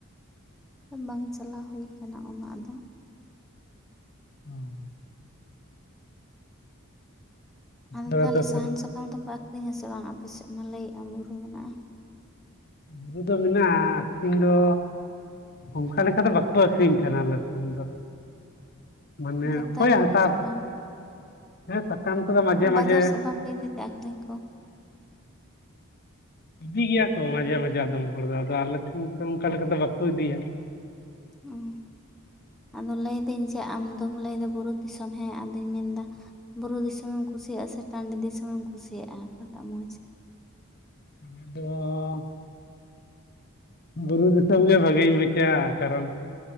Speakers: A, in the centre; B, on the left.
A: ᱵᱟᱝ ᱪᱟᱞᱟᱣ ᱦᱩᱭᱩ ᱟᱠᱟᱱᱟ ᱩᱱᱟᱹᱜ ᱫᱚ
B: ᱦ <inaudible>
A: ᱟᱫᱚ
B: ᱟᱯᱮ
A: ᱛᱟᱦᱚᱞᱮ
B: ᱫᱚ
A: ᱥᱟᱦᱟᱱ ᱥᱟᱠᱟᱢ ᱫᱚᱯᱮ ᱟᱹᱠᱷᱨᱤᱧᱟ ᱥᱮ ᱵᱟᱝ ᱟᱯᱮ ᱥᱮᱫ ᱢᱟ ᱞᱟᱹᱭᱮᱫᱼᱟ ᱵᱩᱨᱩ ᱢᱮᱱᱟᱜᱼᱟ
B: ᱵᱩᱨᱩ ᱫᱚ ᱢᱮᱱᱟᱜᱼᱟ ᱟᱹᱠᱷᱧ ᱫᱚ ᱚᱱᱠᱟ ᱞᱮᱠᱟ ᱫᱚ ᱵᱟᱠᱚ ᱟᱹᱠᱷᱨᱤᱧ ᱠᱟᱱᱟ ᱟᱞᱮ ᱥᱮᱱ ᱫᱚ, ᱢᱟᱱᱮ
A: ᱫᱟᱹᱛᱟᱹᱱᱤ
B: ᱚᱠᱚᱭᱮ ᱦᱟᱛᱟᱣ
A: ᱠᱚ ᱥᱟᱠᱟᱢ
B: ᱦᱮᱸ ᱥᱟᱠᱟᱢ ᱠᱚᱫᱚ ᱢᱟᱡᱷᱮ
A: ᱵᱟᱡᱟᱨ
B: ᱢᱟᱡᱷᱮ
A: <unintelligible> ᱤᱫᱤ ᱛᱟᱠ ᱠᱷᱟᱨᱤᱧ ᱠᱚ᱾
B: ᱤᱫᱤᱭ ᱜᱮᱭᱟ ᱠᱚ ᱢᱟᱡᱷᱮ ᱢᱟᱡᱮ ᱟᱫᱚᱢ ᱦᱚᱲ ᱫᱚ ᱟᱫᱚ ᱟᱞᱮ ᱴᱷᱮᱱ ᱚᱝᱠᱟ ᱞᱮᱠᱟ ᱫᱚ ᱵᱟᱠᱚ ᱤᱫᱤᱭᱟ᱾ <inaudible>
A: ᱚ ᱟᱫᱚ ᱞᱟᱹᱭ ᱫᱟᱹᱧ ᱡᱮ ᱟᱢ ᱫᱚᱢ ᱞᱟᱹᱭᱫᱟ ᱵᱩᱨᱩ ᱫᱤᱥᱚᱢ ᱦᱮᱸ ᱟᱫᱚᱧ ᱢᱮᱱᱫᱟ᱾ ᱵᱩᱨᱩ ᱫᱤᱥᱚᱢ ᱮᱢ ᱠᱩᱥᱤᱭᱟᱜᱼᱟ ᱥᱮ ᱴᱟᱺᱰᱤ ᱫᱤᱥᱚᱢ ᱮᱢ ᱠᱩᱥᱤᱭᱟᱜᱼᱟ ᱚᱠᱟᱴᱟᱜ ᱢᱚᱸᱪ᱾
B: <unintelligible> ᱟᱞᱮ ᱫᱚ᱾ ᱵᱩᱨᱩ ᱫᱤᱥᱚᱢ ᱜᱮ ᱵᱷᱟᱜᱤᱧ ᱵᱩᱡ ᱟ ᱠᱟᱨᱚᱱ